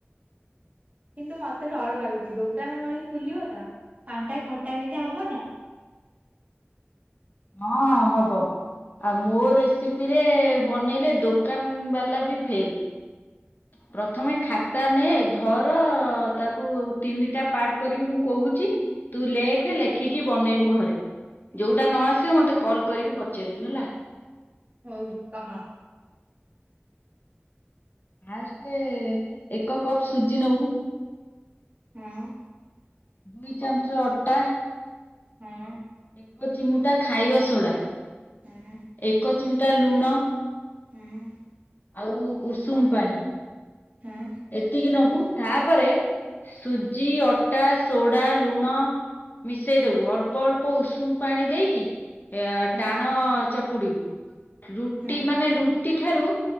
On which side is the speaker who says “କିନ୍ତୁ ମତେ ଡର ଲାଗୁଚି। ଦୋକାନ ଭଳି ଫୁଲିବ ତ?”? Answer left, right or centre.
Right